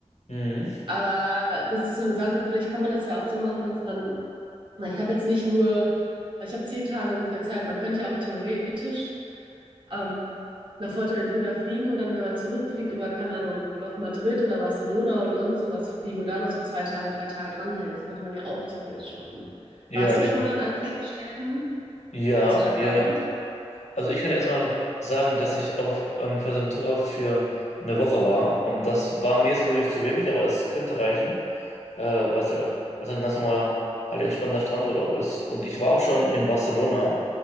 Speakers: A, on the left (about 75°); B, on the right (about 45°).
A: Mhm.
B: Aber das ist so eine Sache, vielleicht kann man das ja auch so machen, dass man weil ich habe jetzt nicht nur, also ich habe zehn Tage ungefähr Zeit. Man könnte ja auch theoretisch ähm, nach Fuerteventura fliegen und dann, wenn man zurückfliegt, über, keine Ahnung, noch Madrid oder Barcelona oder sonst irgendwas fliegen und da noch so zwei Tage, drei Tage dranhängen. Das könnte man ja auch theoretisch machen.
A: Ja,
B: Warst
A: definitiv.
B: du schon mal in einem von den Städten?
A: Ja,
B: Hast du da Erfahrung?
A: ja, ja. Also ich kann erstmal sagen, dass ich auf ähm, Fuerteventura für eine Woche war und das war mir jetzt persönlich zu wenig, aber es könnte reichen, äh, weil es halt, weil es halt ein ganz normaler, halt entspannter Strandurlaub ist. Und ich war auch schon in Barcelona